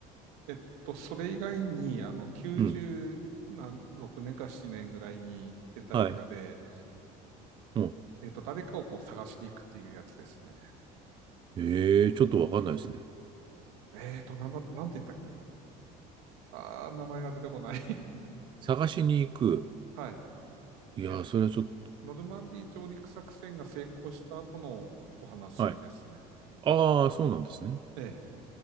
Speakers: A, on the right; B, on the right.
A: えっと、それ以外に、あの、96年か7年ぐらいに出た映画で、
B: うん。はい。うん。
A: えっと、誰かをこう探しに行くっていうやつですね。
B: ええちょっとわかんないですね。
A: えっと、なんだ、なんて言ったっけな。あー、名前が出てこない。
B: 探しに行く。
A: <laughs> はい。
B: いやー、
A: え、
B: それはちょっ
A: ノルマンディー上陸作戦が成功した後のお話ですね。
B: と、はい。ああ、そうなんですね。
A: ええ。